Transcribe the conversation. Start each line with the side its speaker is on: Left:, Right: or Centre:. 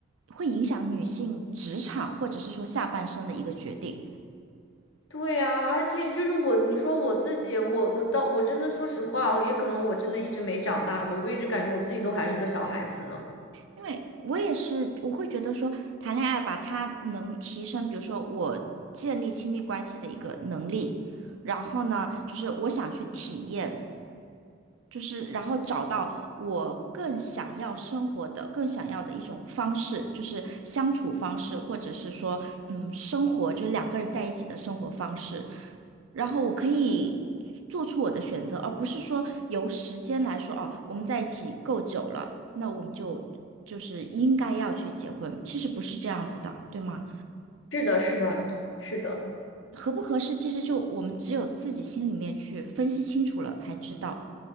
Right: 会影响女性职场或者是说下半生的一个决定。
Left: 对呀，而且就是我，你说我自己，我我到我真的说实话，也可能我真的一直没长大吧，我一直感觉我自己都还是个小孩子呢。
Right: 因为我也是，我会觉得说，谈恋爱吧，它能提升，比如说我建立亲密关系的一个能力，然后呢，就是我想去体验，就是然后找到我更想要生活的、更想要的一种方式，就是相处方式，或者是说，嗯，生活就是两个人在一起的生活方式。然后我可以做出我的选择，而不是说由时间来说，哦，我们在一起够久了，那我们就就是应该要去结婚，其实不是这样子的，对吗？
Left: 是的，是的，是的，
Right: 合不合适，其实就我们只有自己心里面去分析清楚了才知道。